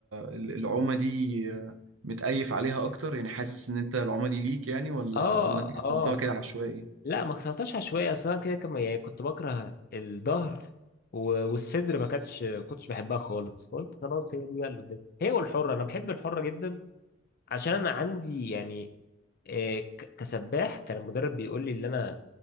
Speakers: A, on the right; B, on the left.
A: ال- العومه دي متأيف عليها اكتر يعني حاسس ان انت العومه دي ليك يعني ولا
B: اه
A: ولا انت اخترتها
B: اه
A: كده عشوائي
B: لا ما اخترتهاش عشوائي اصل انا كده كم يعني كنت بكره الظهر و- والصدر ما كانتش كنتش بحبها خالص فقلت خلاص هي دي بقى اللي قدامي هي والحره انا بحب الحره جدا عشان انا عندي يعني آه، ك- كسباح كان المدرب بيقول لي ان انا